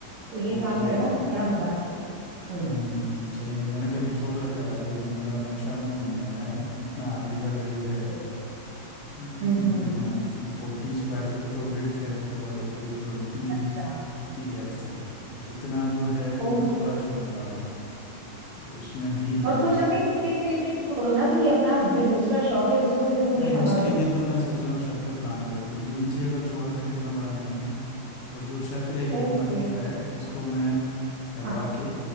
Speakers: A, on the right (about 65°); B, on the left (about 70°).
A: तो ये काम
B: ओके
A: करना बड़ा मजा आएगा हम्म
B: हम्म सही है मैंने करीब छोड़ रखा है आगे जो मेरा नक्शा मैंने बनवाया है उसमें आगे का करीब है
A: ओके
B: हम्म,
A: हम्म हम्म
B: कितना फोर्टी स्क्वायर फीट तो विड्थ है और करीब ट्वेंटी
A: अच्छा
B: की डेप्थ है तो इतना जो है वो
A: ओके
B: मैं खुला छोड़ने वाला हूँ उसमें ही है
A: और कुछ अपने क्रिकेट के लिए भी छोड़ो ना भाई अपना जो दूसरा शौक है उसको भी तो पूरी
B: नहीं
A: हवा
B: उसके
A: दो
B: लिए तो मैं सोच रहा हूँ छत पे प्लान करूँ क्योंकि नीचे अगर छोड़ा फिर इतना बड़ा नहीं है ना तो जो छत रहेगी
A: ओके
B: हमारी फ्लैट उसको मैं करवा
A: हाँ
B: के